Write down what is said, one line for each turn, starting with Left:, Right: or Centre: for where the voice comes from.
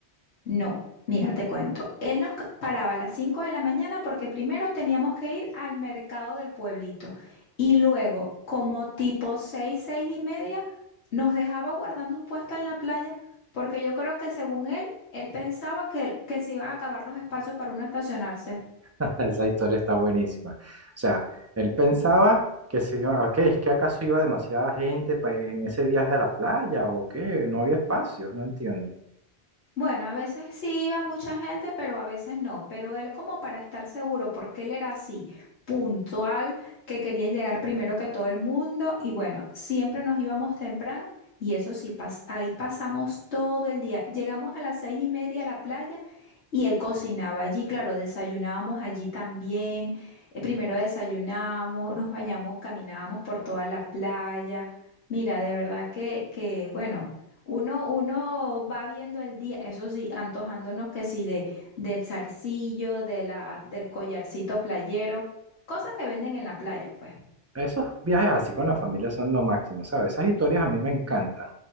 Left: No, mira, te cuento. Él nos ca- paraba a las 5 de la mañana porque primero teníamos que ir al mercado del pueblito y luego, como tipo 6, 6 y media, nos dejaba guardando un puesto en la playa porque yo creo que según él, él pensaba que, que se iban a acabar los espacios para uno estacionarse.
Right: <laughs> Esa historia está buenísima. O sea, él pensaba que se iba, ok, es que acaso iba demasiada gente pa- en ese viaje a la playa o qué, no había espacio, no entiendo.
Left: Bueno, a veces sí iba mucha gente, pero a veces no. Pero él como para estar seguro, porque él era así, puntual, que quería llegar primero que todo el mundo. Y bueno, siempre nos íbamos temprano y eso sí, pas- ahí pasamos todo el día. Llegamos a las seis y media a la playa y él cocinaba allí. Claro, desayunábamos allí también. Eh, primero desayunamos, nos bañamos, caminábamos por toda la playa. Mira, de verdad que, que, bueno. Uno, uno va viendo el día, eso sí, antojándonos que sí, de, del zarcillo, de la, del collarcito playero, cosas que venden en la playa, pues.
Right: Esos viajes así con la familia son lo máximo, ¿sabes? Esas historias a mí me encantan.